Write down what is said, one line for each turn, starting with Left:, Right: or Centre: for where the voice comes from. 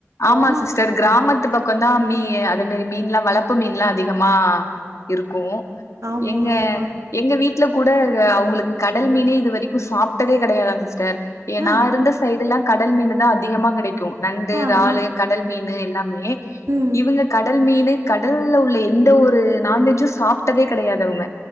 Left: ஆமா
Right: போனோம்
Left: சிஸ்டர் கிராமத்து பக்கம்தா மீ அத மாரி மீன்ல்லாம் வளர்பு மீன்ல்லாம் அதிகமா இருக்கும்
Right: ஆமா,
Left: எங்க
Right: ஆமா.
Left: எங்க வீட்ல கூட அவங்களுக்கு கடல் மீனே இது வரைக்கும் சாப்ட்டதே கடையாதுங்க ஏ
Right: ஆ,
Left: நான் இருந்த சைடுல்லாம் கடல் மீன் தா அதிகமா கடைக்கும் நண்டு
Right: ஆ,
Left: இறாலு
Right: ஆ.
Left: கடல் மீனு எல்லாமே
Right: ம்.
Left: இவங்க கடல் மீனு கடல்ல உள்ள எந்த ஒரு நான்வெஜ்ஜும் சாப்ட்டதே கடையாது அவங்க